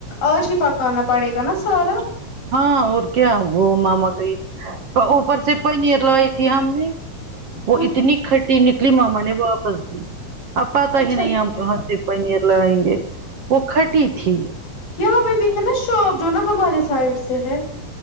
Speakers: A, on the left (about 75°); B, on the right (about 50°).
A: آج ہی پکانا پڑے گا نا سارا
B: ہاں اور کیا وہ ماما گئی اوپر سے پنیر لائی تھی ہم نے وہ
A: ہ
B: اتنی کھٹی نکلی ماما نے واپس دی اب پتا
A: اچھا
B: ہی نہیں
A: کیا
B: ہم کہا سے پنیر لائیں گے وہ کھٹی تھی
A: یہاں پہ بھی ہے نا شاپ جو نا ہمارے سائڈ سے ہے